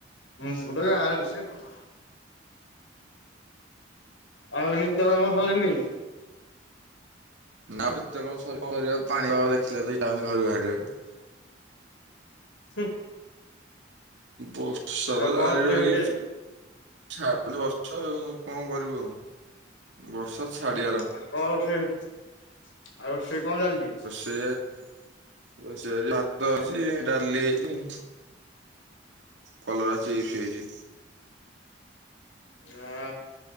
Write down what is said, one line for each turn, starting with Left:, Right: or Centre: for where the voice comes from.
Left: ହୁଁ ମୁ ତ ଗାଁ ରେ ଅଛି ଆଉ ଆଉ ନିତ୍ୟ କାମ ସରିନି?
Right: ନାଁ ନିତ୍ୟ କର୍ମ ସରିବ କଣ କରିବ ପାଣିପାଗ ଦେଖିଲା ବେଳକୁ ଇଛା ହଉନି ଘରୁ ବାହାରିବାକୁ।
Left: ହୁଁ
Right: ବର୍ଷା
Left: ଆଉ
Right: ତ
Left: କଣ
Right: ଜାରି
Left: ରୋଷେଇ
Right: ରହିଛି।
Left: ହଉଛି ଆଜି?
Right: ଛାଡୁନି ବର୍ଷା ଆ କଣ କରିବୁ ଆଉ ବର୍ଷା ଛାଡି
Left: ଆଉ କଣ ସେ ଆଉ ରୋଷେଇ କଣ ଚାଲିଛି?
Right: ସେ ରୋଷେଇ ଆଜି ଭାତ ଅଛି ଡାଲି ହେଇଛି। କଲରା ଚିପ୍ସ ହେଇଛି।
Left: ଆ